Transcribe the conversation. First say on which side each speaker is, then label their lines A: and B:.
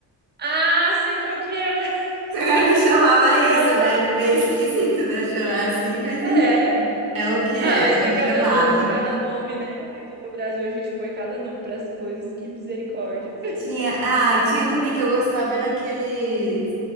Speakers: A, on the right; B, on the right.
A: Ah, sei qual que é.
B: Será que
A: <laughs>
B: chamava
A: Que engraçado.
B: isso? É meio, meio esquisito, né? Chamar assim, mas enfim,
A: É,
B: é o que
A: Ah,
B: era
A: mas tem
B: chamado.
A: cada doce, cada nome, né? Aqui no Brasil a gente põe cada nome para as coisas, que misericórdia.
B: Tinha, ah, tinha também que eu gostava era aquele